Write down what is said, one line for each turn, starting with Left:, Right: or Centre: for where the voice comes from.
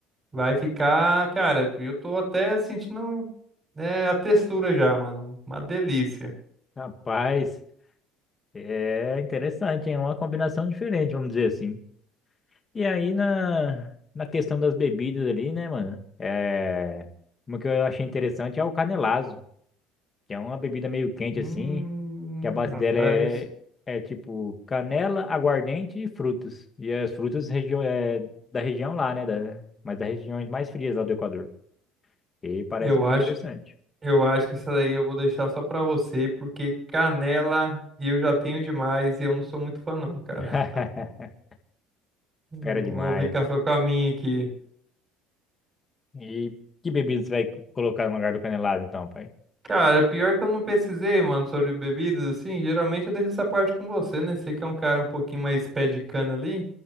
Right: vai ficar, cara, eu tô até sentindo, né, a textura já, mano. Uma delícia.
Left: Rapaz, é interessante, hein? É uma combinação diferente, vamos dizer assim. E aí na, na questão das bebidas ali, né, mano? É, uma que eu achei interessante é o canelazo, que é uma bebida meio quente,
Right: Hum,
Left: assim. que a base
Right: rapaz.
Left: dela é, é tipo canela, aguardente e frutos. E as frutas região, é, da região lá, né? Da, mas das regiões mais frias lá do Equador. E parece
Right: Eu
Left: muito
Right: acho
Left: interessante.
Right: Eu acho que essa daí eu vou deixar só pra você, porque canela eu já tenho demais e eu não sou muito fã não, cara.
Left: <laughs>
Right: <laughs> Eu
Left: Fera demais.
Right: vou ficar só com a minha aqui.
Left: E que bebida você vai co- colocar no lugar do canelado, então, pai?
Right: Cara, pior que eu não pesquisei, mano, sobre bebidas, assim, geralmente eu deixo essa parte com você, né? Sei que é um cara um pouquinho mais pé de cana ali.